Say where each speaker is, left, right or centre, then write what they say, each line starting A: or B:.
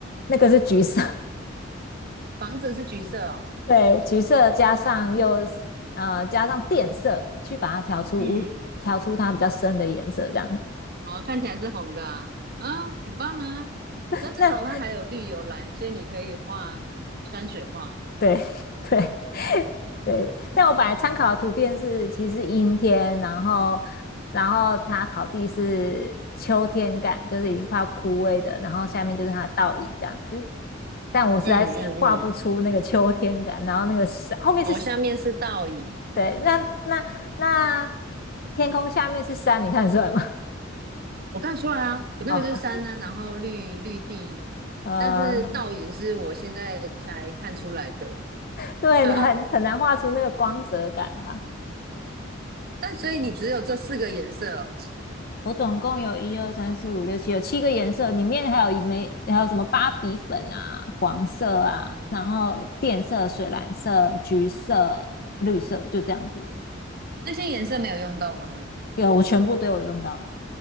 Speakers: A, on the left; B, on the right.
A: 那个是橘色。
B: 房子是橘色哦，
A: 对，橘色加上又呃加上靛色，去把它调出无调出它比较深的颜色，
B: 嗯，
A: 这样子。
B: 哦，看起来是红的啊，啊，很棒啊。
A: 那
B: 那至少它还有绿有蓝，所以你可以画山水画。
A: 对 <laughs> 对对，但我本来参考的图片是其实阴天，然后然后它草地是秋天感，就是已经快要枯萎的，然后下面就是它的倒影这样子。但我实在是画不出那个秋天感，
B: 嗯嗯嗯。
A: 然后那个山后面是
B: 我下面是倒影，
A: 对，那那那天空下面是山，你看得出来吗？
B: 我看得出来啊，我那个就是山呢、
A: <laughs> 好，
B: 然后绿绿地，
A: 呃，
B: 但是倒影是我现在才看出来的，<laughs>
A: 对，
B: 哈哈。
A: 很很难画出那个光泽感嘛。
B: 但所以你只有这四个颜色哦，
A: 我总共有一二三四五六七，有七个颜色，里面还有一枚，还有什么芭比粉啊、黄色啊，然后电色、水蓝色、橘色、绿色，就这样子。
B: 那些颜色没有用到吗？
A: 有，我全部都有用到，